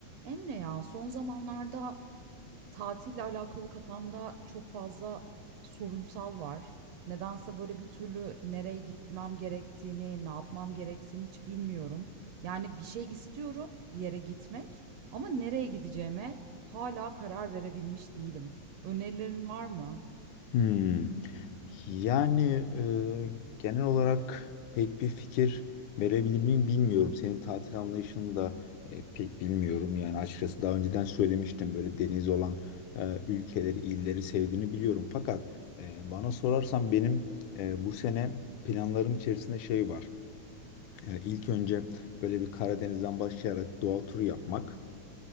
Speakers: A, on the right; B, on the left.
A: Emre ya son zamanlarda tatille alakalı kafamda çok fazla sorunsal var. Nedense böyle bir türlü nereye gitmem gerektiğini, ne yapmam gerektiğini hiç bilmiyorum. Yani bir şey istiyorum, bir yere gitmek ama nereye gideceğime hala karar verebilmiş değilim. Önerilerin var mı?
B: Hmm. Yani e, genel olarak pek bir fikir verebilir miyim bilmiyorum. Senin tatil anlayışını da e, pek bilmiyorum. Yani açıkçası daha önceden söylemiştim böyle deniz olan e, ülkeleri, illeri sevdiğini biliyorum. Fakat e, bana sorarsan benim e, bu sene planlarım içerisinde şey var. E, ilk önce böyle bir Karadeniz'den başlayarak doğa turu yapmak.